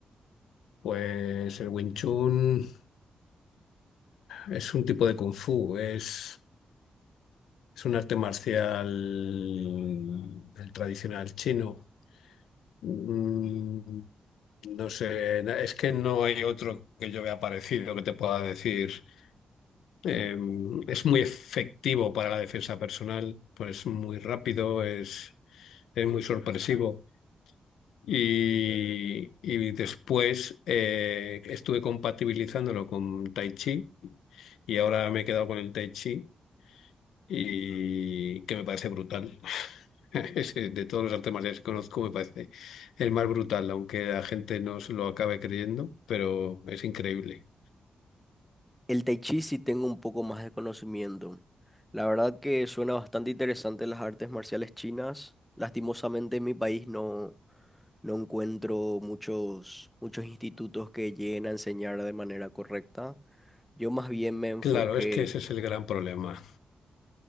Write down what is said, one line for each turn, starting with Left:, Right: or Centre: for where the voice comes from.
Left: Pues el Wing Chun es un tipo de Kung Fu, es... Es un arte marcial mm, el tradicional chino. Mm, No sé, na- es que no hay otro que yo vea parecido que te pueda decir. Eh, es muy efectivo para la defensa personal, pues es muy rápido, es, es muy sorpresivo. Y, y después eh, estuve compatibilizándolo con Tai Chi y ahora me he quedado con el Tai Chi y que me parece brutal. <laughs> Ese, De todos los artes marciales que conozco, me parece el más brutal, aunque la gente no se lo acabe creyendo, pero es increíble.
Centre: El Tai Chi sí tengo un poco más de conocimiento. La verdad que suena bastante interesante las artes marciales chinas. Lastimosamente en mi país no, no encuentro muchos, muchos institutos que lleguen a enseñar de manera correcta. Yo más bien me enfoqué,
Left: Claro, es que ese es el gran problema.